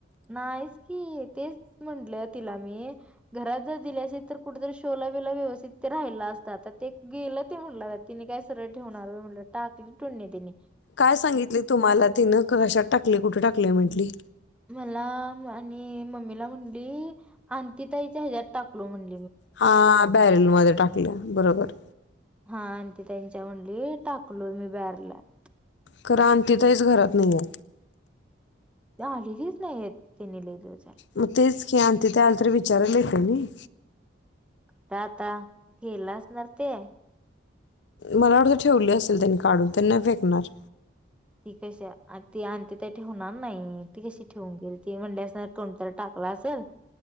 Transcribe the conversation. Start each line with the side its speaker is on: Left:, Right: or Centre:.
Centre: नाहीचकी तेच म्हटलं तिला- नी घरात जर दिली असती तर कुठतर शोला-बीला व्यवस्थित ते राहील असत ते गेलते- फाडला तिने काय सरळ ठेवणार होय म्हणंल टाकली टोळ्यांनी.
Left: काय सांगितले तुम्हाला तिन, कहशात टाकले कुठे टाकले म्हंटली.
Centre: मला आणि मम्मीला म्हंटली आन्तीताईच्या हेजत टाकलो म्हणं-
Left: हां बॅरेल मध्ये टाकलय, बरोबर!
Centre: हां आणि ते त्यांच्या म्हंटली, टाकलो मी ब्यारलात.
Left: खर आकींतीईच घरात नायीय.
Centre: ये आलेलीच नाहीत, तेनी लयी दिवस- झालं
Left: मग तेच की आणतीताई आली तर विचारायला येत नाही.
Centre: कुठ आता, गेलाअसणार ते!
Left: मला वाटतय ठेवली असेल त्यांनी काढून ते नाही फेकणार.
Centre: ती कशी आ ती आनिताताई ठेवणार नाही ती कशी ठेवून घील, ती म्हणंली असणार कोणतरी टाक- ल असेल